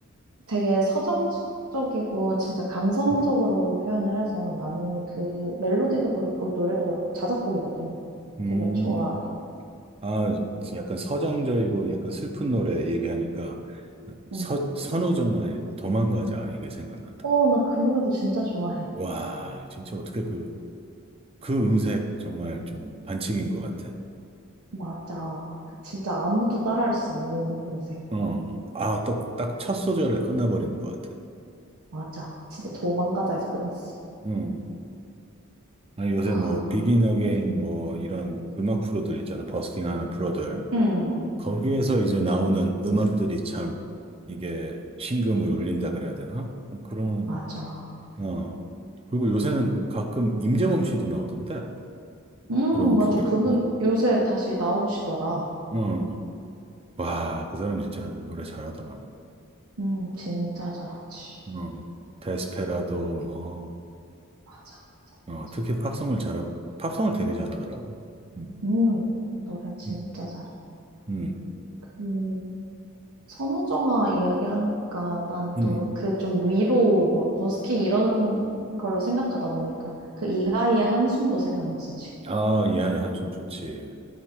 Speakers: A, on the right; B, on the right.
A: 되게 서정적이고 진짜 감성적으로
B: 음.
A: 표현을 해서 나는 그 멜로디도 그렇고 노래도 그렇고 자작곡이거든.
B: 음.
A: 되게 좋아해.
B: 아, 지금 약간 서정적이고 약간 슬픈 노래 얘기하니까
A: 응.
B: 서, 선우정아의 도망가자 이게 생각난다.
A: 어, 나 그 노래도 진짜 좋아해.
B: 와, 진짜 어떻게 그, 그 음색 정말 좀 반칙인 것 같아.
A: 맞아. 진짜 아무도 따라할 수 없는 음색.
B: 어. 아, 또, 딱 첫 소절에 끝나버리는 것 같아.
A: 맞아. 진짜 도망가자에서 끝났어.
B: 음. 아니, 요새
A: 아,
B: 뭐, 비긴 어게인 뭐, 이런 음악 프로들 있잖아. 버스킹 하는 프로들.
A: 음,
B: 거기에서 이제 나오는 음악들이 참, 이게 심금을 울린다 그래야 되나? 그런
A: 맞아.
B: 어. 그리고 요새는 가끔 임재범 씨도 나오던데.
A: 음,
B: 그런
A: 맞아.
B: 프로에.
A: 그분
B: 어.
A: 요새 다시 나오시더라.
B: 어. 와, 그 사람 진짜 노래 잘하더라.
A: 음, 진짜 잘하지.
B: 어. 데스페라도 뭐,
A: 맞아, 맞아,
B: 어,
A: 맞아.
B: 특히 팝송을 잘, 팝송을 되게 잘하더라고. 음,
A: 음, 노래 진짜
B: 음,
A: 잘해.
B: 음,
A: 그, 선우정아 이야기하니까 난
B: 음.
A: 또 그 좀 위로 뭐 버스킹 이런 걸로 생각하다 보니까 그 이하이의 한숨도 생각났어, 지금.
B: 아, 이 아이 한숨 좋지.